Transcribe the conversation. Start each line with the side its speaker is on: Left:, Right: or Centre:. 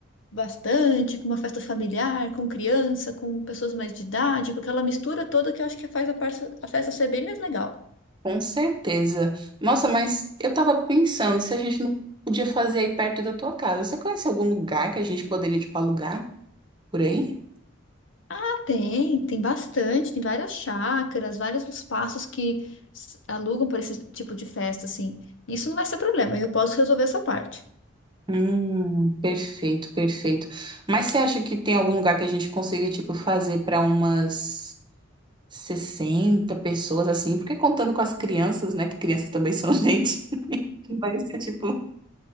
Left: bastante, com uma festa familiar, com criança, com pessoas mais de idade, com aquela mistura toda que eu acho que faz a, parça- a festa ser bem mais legal.
Right: com certeza. Nossa, mas eu tava pensando se a gente não podia fazer aí perto da tua casa. Você conhece algum lugar que a gente poderia, tipo, alugar por aí?
Left: Ah, tem, tem bastante, tem várias chácaras, vários espaços que s- alugam para esse tipo de festa, assim. Isso não vai ser problema, eu posso resolver essa parte.
Right: Hum, perfeito, perfeito. Mas você acha que tem algum lugar que a gente consiga, tipo, fazer para umas 60 pessoas assim? Porque contando com as crianças, né? Que crianças também são <laughs> gente. Vai ser, tipo,